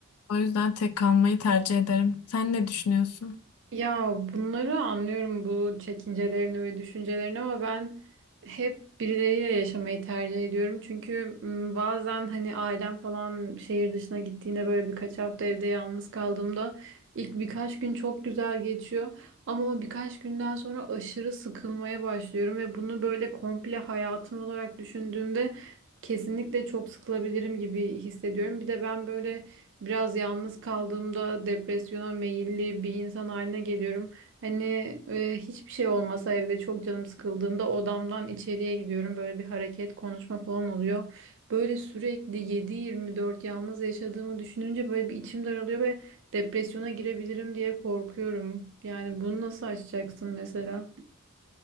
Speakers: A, on the left; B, on the right.
A: o yüzden tek kalmayı tercih ederim. Sen ne düşünüyorsun?
B: Ya bunları anlıyorum bu çekincelerini ve düşüncelerini ama ben hep birileriyle yaşamayı tercih ediyorum. Çünkü m, bazen hani ailem falan şehir dışına gittiğinde böyle birkaç hafta evde yalnız kaldığımda ilk birkaç gün çok güzel geçiyor. Ama o birkaç günden sonra aşırı sıkılmaya başlıyorum ve bunu böyle komple hayatım olarak düşündüğümde kesinlikle çok sıkılabilirim gibi hissediyorum. Bir de ben böyle Biraz yalnız kaldığımda depresyona meyilli bir insan haline geliyorum. Hani e, hiçbir şey olmasa evde çok canım sıkıldığında odamdan içeriye gidiyorum. Böyle bir hareket, konuşma falan oluyor. Böyle sürekli yedi yirmi dört yalnız yaşadığımı düşününce böyle bir içim daralıyor ve depresyona girebilirim diye korkuyorum. Yani bunu nasıl aşacaksın mesela?